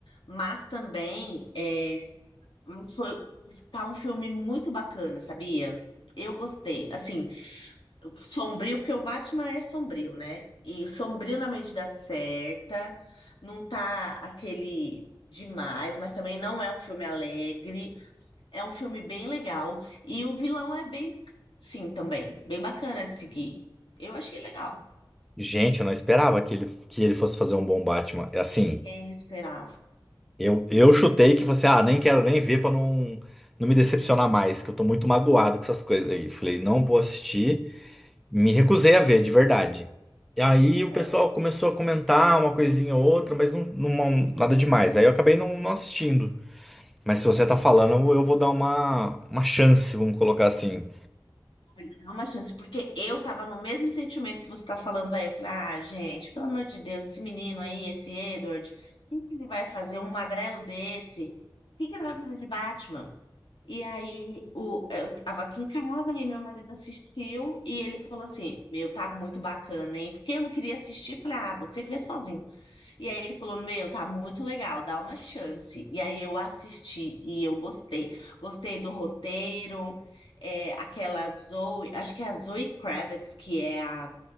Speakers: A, on the left; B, in the centre.
A: Mas também, é, mas foi tá um filme muito bacana, sabia? Eu gostei. Assim, sombrio, porque o Batman é sombrio, né? E sombrio na medida certa, não tá aquele demais, mas também não é um filme alegre. É um filme bem legal. E o vilão é bem, sim, também, bem bacana de seguir. Eu achei legal.
B: Gente, eu não esperava que ele, que ele fosse fazer um bom Batman. É Assim,
A: Ninguém esperava,
B: eu, eu chutei que fosse, ah, nem quero nem ver pra não, não me decepcionar mais, que eu tô muito magoado com essas coisas aí. Falei, não vou assistir. Me recusei a ver, de verdade. E aí o
A: né?
B: pessoal começou a comentar uma coisinha ou outra, mas não, não- nada demais. Aí eu acabei não, não assistindo. Mas se você tá falando, eu vou dar uma, uma chance, vamos colocar assim.
A: Olha, dá uma chance, porque eu tava no mesmo sentimento que você tá falando aí. Eu falei, ah, gente, pelo amor de Deus, esse menino aí, esse Edward, o que ele vai fazer? Um magrelo desse? O que que ele vai fazer de Batman? E aí, o, eu tava aqui em casa e meu marido assistiu e ele falou assim: Meu, tá muito bacana, hein? Porque eu não queria assistir, eu falei, ah, você vê sozinho. E aí ele falou: Meu, tá muito legal, dá uma chance. E aí eu assisti e eu gostei. Gostei do roteiro, é, aquela Zoe, acho que é a Zoe Kravitz, que é a